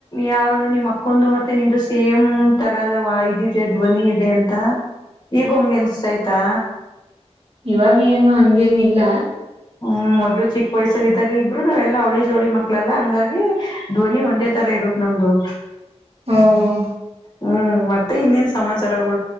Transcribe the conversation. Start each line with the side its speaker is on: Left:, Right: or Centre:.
Left: ಯಾವ್ದೋ ನಿಮ್ ಅಕ್ಕೊಂದು ಮತ್ತೆ ನಿಂದು ಸೇಮ್ ತರದ ವ ಇದದೆ ಧ್ವನಿ ಇದೆ ಅಂತ ಈಗ ಹಂಗೆ ಎನ್ಸ್ತಾಯ್ತಾ
Right: ಇವಾಗೇಏನು ಹಂಗೇನಿಲ್ಲ
Left: ಹ್ಮ ಮಲಲು ಚಿ ವಯಸಲಿದ್ದಾಗ ಇಬ್ರು ನಾವೆಲ್ಲಾ ಹಾವಳಿ ಜೋಳಿ ಮಕ್ಳೆಲ್ಲಾ ಹಂಗಾಗಿ ಧ್ವನಿ ಒಂದೇ ತರ ಇರುತ್ ನಮ್ದು
Right: ಹ್ಮ ಹಾ
Left: ಹ್ಮ್ ಮತ್ತೆ ಇನ್ನೇನ್ ಸಮಾಚಾರ ಪ